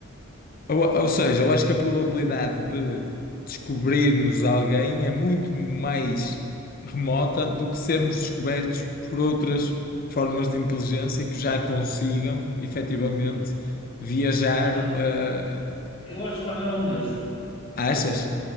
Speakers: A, on the left; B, on the left.
A: Ou, ou seja, eu acho que a probabilidade de descobrirmos alguém é muito mais remota do que sermos descobertos por outras formas de inteligência que já consigam, efetivamente,
B: sim.
A: viajar.
B: Ah,
A: eh,
B: eu acho que vai dar ao mesmo.
A: achas?